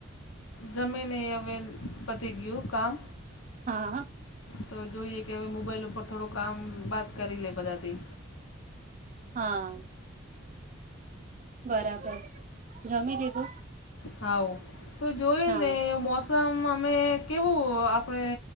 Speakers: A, on the left; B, on the right.
A: જમીને હવે પતી ગયું કામ.
B: હા.
A: તો જોઈએ કે હવે મોબાઈલ ઉપર થોડું કામ બાત કરી લે બધાથી.
B: હા બરાબર જમી લીધું.
A: હાઓ તો જોઈ
B: હા
A: ને મો સમ અમે કેવું આપણે